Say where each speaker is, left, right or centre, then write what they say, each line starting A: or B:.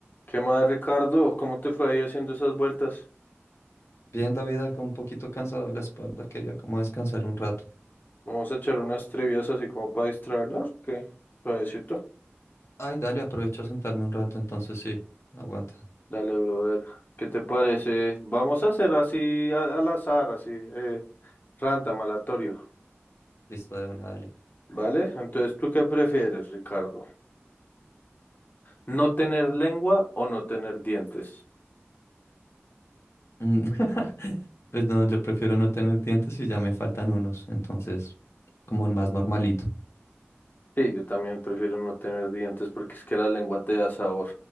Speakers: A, on the left; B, on the left.
A: ¿Qué más, Ricardo? ¿Cómo te fue ahí haciendo esas vueltas?
B: Bien, David, acá un poquito cansado de la espalda, quería como descansar un rato.
A: Vamos a echar unas trivias así como para distraernos. ¿Qué? Suavecito.
B: Ay, dale, aprovecho a sentarme un rato, entonces sí, aguanta.
A: Dale, brother. ¿Qué te parece? Vamos a hacer así a- al azar, así, eh, random, aleatorio.
B: Listo de una, dale.
A: ¿Vale? Entonces, ¿tú qué prefieres, Ricardo? ¿No tener lengua o no tener dientes?
B: Mm, <laughs> Pues no, yo prefiero no tener dientes y ya me faltan unos, entonces como más normalito.
A: Sí, yo también prefiero no tener dientes porque es que la lengua te da sabor.